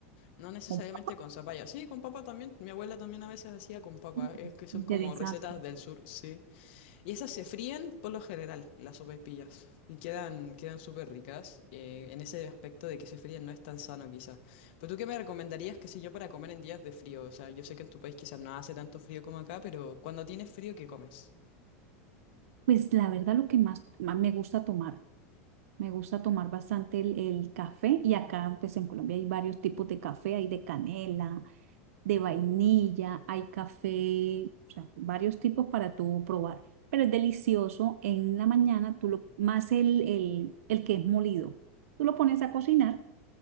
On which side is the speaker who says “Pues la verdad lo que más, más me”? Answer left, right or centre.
Right